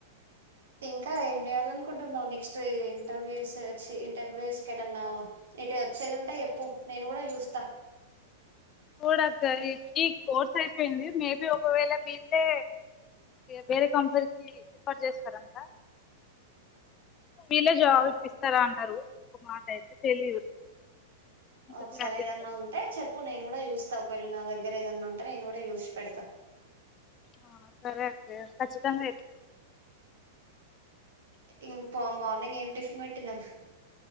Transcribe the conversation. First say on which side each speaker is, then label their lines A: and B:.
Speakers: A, on the right; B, on the left.
A: ఇంకా ఏం జెయ్యాలి అనుకుంటున్నావు, నెక్స్ట్ ఇంటర్వ్యూస్ వచ్చి ఇంటర్వ్యూస్ ఎటన్నా ఎటు వచ్చేది ఉంటే చేప్పు నేను కూడా చూస్తా
B: చూడక్క ఇ ఈ కోర్స్ అయిపోయింది మేబి ఒకవేళ ఇ అంటే వేరే కంపెనీకి రిఫర్ చేస్తారంట, వీళ్ళే జాబ్
A: ఆ
B: ఇప్పిస్తారా అన్నారు ఒక మాట అయితే తెలీదు ఇంకా
A: ఒకసారేదన్న
B: క్లారిటీ లేదు
A: ఉంటే చెప్పు నేను కూడా చూస్ ఒకవేళ నా దగ్గర ఏదన్నా ఉంటే నేను కూడా జుసి పెడతా
B: ఆ సరే అయ్యితే కచ్చితంగా
A: ఇంకో మార్నింగ్ ఏం టిఫిన్ పెట్టినారు